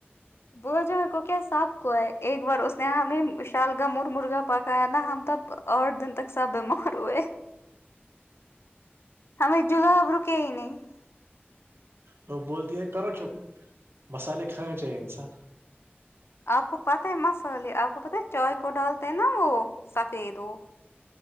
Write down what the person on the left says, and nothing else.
بو ج کو کیا ساب کو ہے ایک بار اس نےیں شالگا م مرغا پکایا نا ہم تب اور دن تک سب بیمار ہوئے ہم جلہ آاب رکئی نہیں <unintelligible>
آپ کو پت ہے مسالے آپ کو پت ہے چائے کو ڈالتے ہیں نا وہ سفید وہ